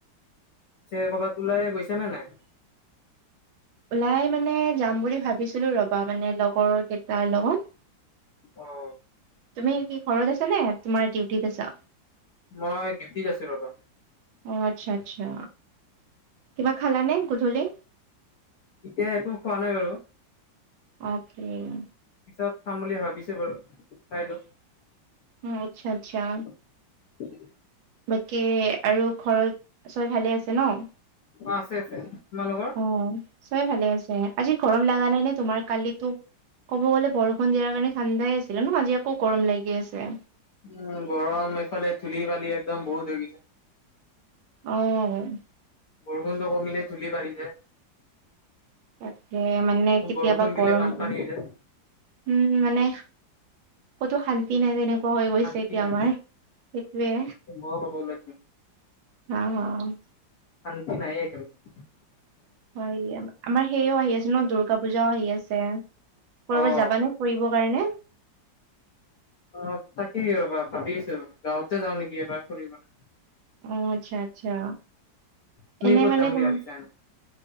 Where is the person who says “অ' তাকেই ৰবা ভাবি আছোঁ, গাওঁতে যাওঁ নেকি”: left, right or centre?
Left